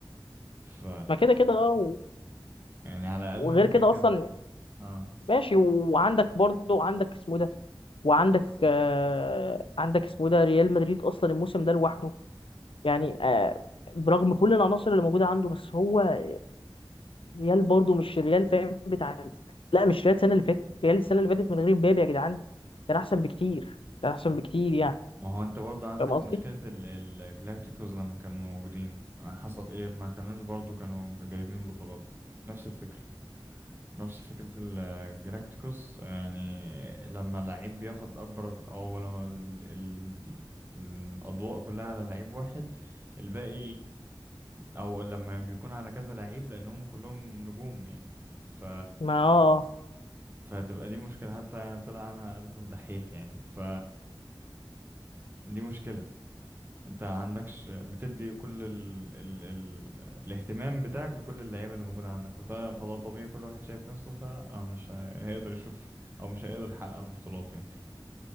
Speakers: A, on the right; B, on the left.
A: ف
B: ما كده كده اه و-
A: يعني على الأقل
B: وغير
A: انت كده
B: كده
A: كده
B: اصلا
A: اه
B: ماشي وعندك برضه عندك اسمه ده وعندك آه عندك اسمه ده ريال مدريد اصلا الموسم ده لوحده يعني آه برغم كل العناصر اللي موجوده عنده بس هو ريال برضه مش الريال فاهم بتاع لا مش ريال السنه اللي فاتت ريال السنه اللي فاتت من غير مبابي يا جدعان كان احسن بكتير كان احسن بكتير يعني
A: ما هو انت برضه عندك
B: فاهم قصدي؟
A: مشكلة ال... الجلاكتيكوز لما كانوا موجودين حصل ايه ما كانوش برضه كانوا جايبين بطولات نفس الفكرة نفس فكرة الجلاكتيكوس يعني لما لعيب بياخد أكبر أو لما ال... ال... دي- الأضواء كلها على لعيب واحد الباقي أو لما بيكون على كذا لعيب لأنهم كلهم نجوم يعني ف
B: ما اه آه.
A: فهتبقى دي مشكلة حتى يعني طلع أنا أقل دحيح يعني ف دي مشكلة انت عندكش بتدي كل ال... ال... ال... الاهتمام بتاعك لكل اللعيبه اللي موجوده عندك وده فده طبيعي كل واحد شايف نفسه فلا مش هي- هيقدر يشوف او مش هيقدر يحقق البطولات يعني